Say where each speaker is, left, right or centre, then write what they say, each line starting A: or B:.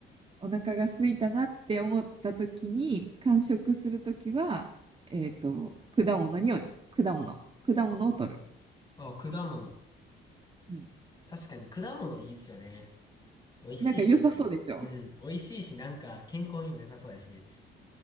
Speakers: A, on the right; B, on the left.
A: お腹が空いたなって思った時に、間食するときは、えっと、果物に、果物、果物を取る。
B: あ、果物。
A: うん
B: 確かに果物いいっすよね。美味しいし、
A: なんか良さそうでしょ
B: うん、美味しいし、なんか健康にも良さそうやし。